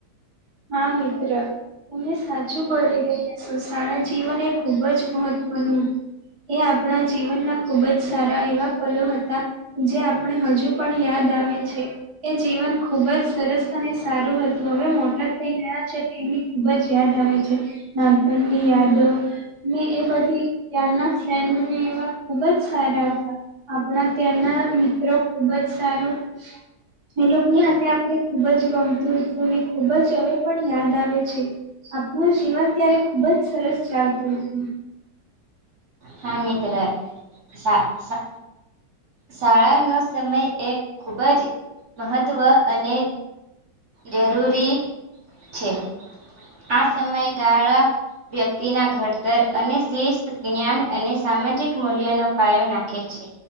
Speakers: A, on the right; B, on the right.
A: હા મિત્ર તમે સા ચુ બોલી રહ્યા છો, શાળા જીવન એ ખુબ જ મહત્વનું હતું. એ આપણા જીવનના ખુબ જ સારા એવા પલો હતા જે આપણે હજુ પણ યાદ આવે છે. એ જીવન ખુબ જ સરસ અને સારું હતું, હવે મોટા થઇ ગયા છે તેની ખુબ જ યાદ આવે છે, નાનપણની યાદો ને એ બધી ત્યારના ફ્રેન્ડ ને એવા ખુબ જ સારા હતા આપણા ત્યાં ના મિત્રો ખુબ જ સારું એ લોકની હાથે આપણે ખુબ જ ગમતું હતું અને ખુબ જ હવે પણ યાદ આવે છે આપણું જીવન ત્યારે ખુબ જ સરસ ચાલતું હતું.
B: હા મિત્ર સા, સા શાળાનો સમય એક ખૂબ જ મહત્વ અને જરૂરી છે, આ સમય ગાળા વ્યક્તિના ઘડતર અને શિસ્ત જ્ઞાન અને સામાજિક મૂલ્યનો પાયો નાખે છે.